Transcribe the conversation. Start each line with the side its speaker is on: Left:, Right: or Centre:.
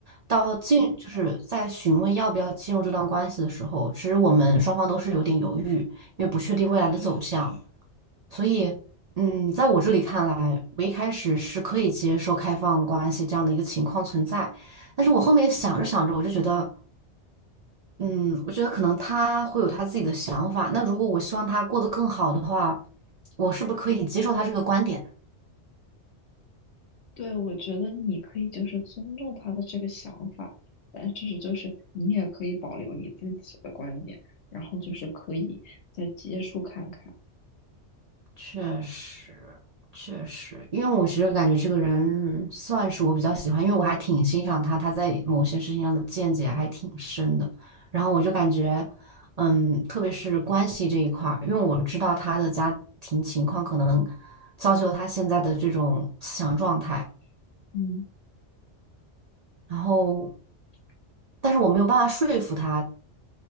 Right: 到进就是在询问要不要进入这段关系的时候，其实我们双方都是有点犹豫，因为不确定未来的走向，所以，嗯，在我这里看来，我一开始是可以接受开放关系这样的一个情况存在，但是我后面想着想着，我就觉得。嗯，我觉得可能他会有他自己的想法。那如果我希望他过得更好的话，我是不是可以接受他这个观点？
Left: 对，我觉得你可以就是尊重他的这个想法，但是就是你也可以保留你自己的观点，然后就是可以再接触看看，
Right: 确实，确实，因为我其实感觉这个人算是我比较喜欢，因为我还挺欣赏他，他在某些事情上的见解还挺深的。然后我就感觉，嗯，特别是关系这一块儿，因为我知道他的家庭情况可能造就了他现在的这种思想状态，
Left: 嗯，
Right: 然后。但是我没有办法说服他，